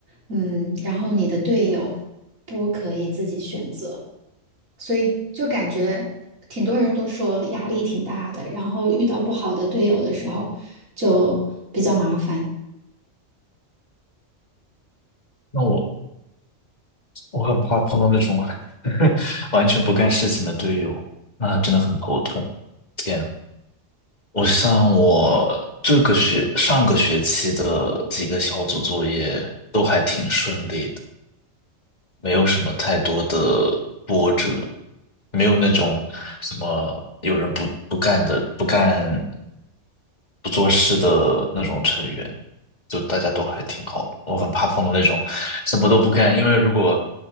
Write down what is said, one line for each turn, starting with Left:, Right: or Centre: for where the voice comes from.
Right: 嗯，然后你的队友不可以自己选择。所以就感觉挺多人都说压力挺大的，然后遇到不好的队友的时候就比较麻烦。
Left: 那我我很怕碰到那种 <laughs> 完全不干事情的队友，那真的很头痛。天，我像我这个学上个学期的几个小组作业都还挺顺利的，没有什么太多的波折。没有那种什么有人不不干的、不干不做事的那种成员，就大家都还挺好的。我很怕碰到那种什么都不干，因为如果